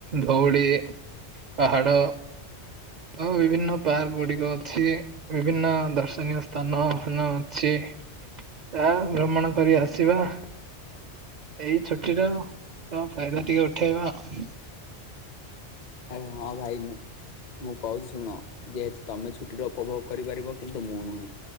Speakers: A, on the right; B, on the left.
A: ଧଉଳି ପାହାଡ଼ ଆଉ ବିଭିନ୍ନ ପାର୍କ ଗୁଡିକ ଅଛି, ବିଭିନ୍ନ ଦର୍ଶନୀୟ ସ୍ଥାନ ଫାନ ଅଛି ତାହା ଭ୍ରମଣ କରି ଆସିବା। ଏଇ ଛୁଟିର ତ ଫାଇଦା ଟିକେ ଉଠେଇବା ଆଉ।
B: ଆରେ ହଁ ଭାଇ ମୁଁ ମୁଁ କହୁଛି ଶୁଣ ଯେହେତୁ ତମେ ଛୁଟିର ଉପଭୋଗ କରିପାରିବ କିନ୍ତୁ ମୁଁ ନୁହେଁ।